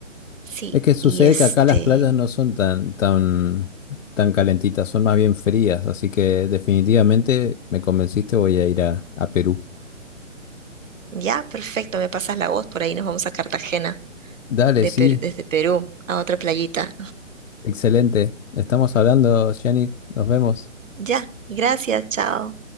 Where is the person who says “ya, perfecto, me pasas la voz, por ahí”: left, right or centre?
Right